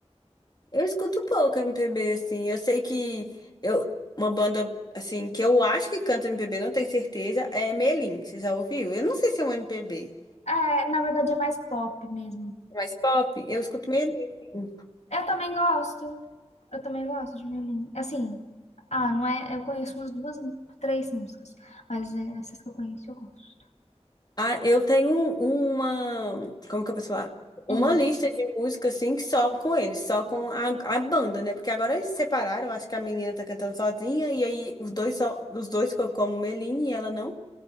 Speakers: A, on the left; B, on the left.
A: Eu escuto pouco MPB, assim. Eu sei que eu, uma banda, assim, que eu acho que canta MPB, não tenho certeza, é Melim. Você já ouviu? Eu não sei se é um MPB.
B: É, na verdade é mais pop mesmo.
A: Mas pop, eu escuto Melim. assim.
B: Eu também gosto, eu também gosto de violino. Assim, ah, não é, eu conheço umas duas, três músicas, mas é, essas que eu conheço eu gosto.
A: Ah, eu tenho um- uma. Como que eu posso falar? Uma
B: Hum,
A: lista de música, assim, que só com eles, só com a, a banda, né? Porque agora eles se separaram, acho que a menina tá cantando sozinha, e aí os dois só, os dois ficam como Meline e ela não.